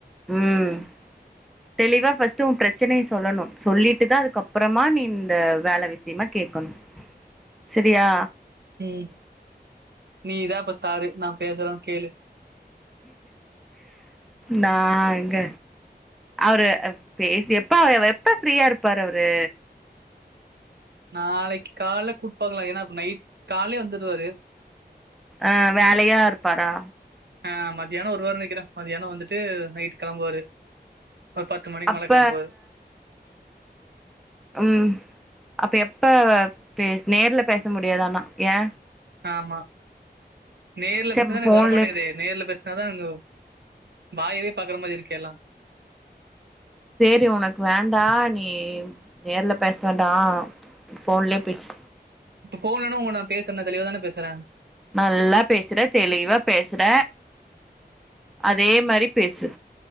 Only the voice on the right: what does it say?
உம் நீதா இப்ப சாரு நா பேசுறோ கேளு
நாளைக்கு காலைல கூப்ட்டு பாக்கலா ஏனா இப்ப நைட் காலையே வந்துடுவாரு
ஆஹ் மதியானோ வருவார்னு நெனைக்கிற மதியானோ வந்துட்டு நைட் கிளம்புவாரு ஒரு பத்து மணிக்கு
மேல கிளம்புவாரு
ஆமா நேர்ல
பேசினா
எனக்கு
வரமாட்டேங்குதே நேர்ல பேசு அதா அங்க வாயவே பாக்குற மாரி இருக்கூ எல்லா
இப்ப போன்லனா உன் கூட நா பேசற தெளிவாதானே பேசுற